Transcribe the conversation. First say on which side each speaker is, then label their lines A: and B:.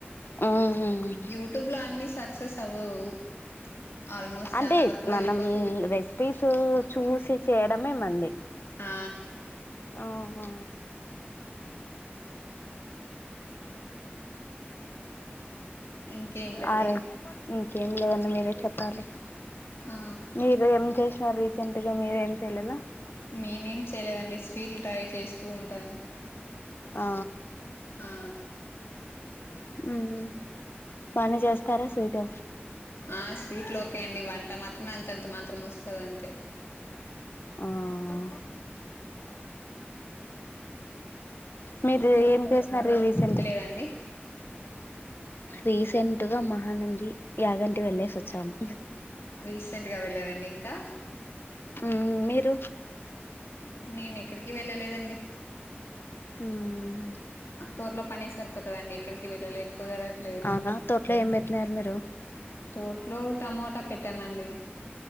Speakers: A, on the left; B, on the left.
A: ఆహ
B: యూట్యూబ్ లో అన్ని సక్సెస్ అవ్వవు ఆల్మోస్ట్
A: అంటే
B: చాలా వరకు
A: మనం
B: వెళ్ళిపోతూ ఉంటాయి
A: రెసిపీస్ చూసి చేయడమే మంది
B: ఆ
A: ఓహో
B: ఇంకేంటండి
A: ఆ రజ ఇంకేం లేదండి మీరే చెప్పాలి
B: ఆ
A: మీరు ఏం చేసిన రీసెంట్ గా మీరేం చేయలేదా
B: మేమేం చేయలేదండి స్వీట్లు ట్రై చేస్తూ ఉంటాను
A: ఆ
B: ఆ
A: ఉమ్ పని చేస్తారా స్వీట్
B: ఆ స్వీట్ లో ఓకే అండి వంట మాత్రమే అంతంత మాత్రం వస్తది అంతే
A: ఆహ మీరు ఏం చేసిన రీసెంట్
B: అండి
A: రీసెంట్గా మహానంది యాగంటి వెళ్లేేసి వచ్చాము
B: రీసెంట్ గా వెళ్ళారండి ఇంకా
A: ఉమ్ మీరు
B: మేమేక్కడికి వెళ్ళలేదండి
A: ఉమ్
B: టూర్లో పనే సరిపోతుందండి ఇక్కడికి వెళ్ళలె కుధరట్లేదు
A: అవునా తోట్లో ఏం పెట్టినారు మీరు
B: తోట్లో టమోటా పెట్టామండి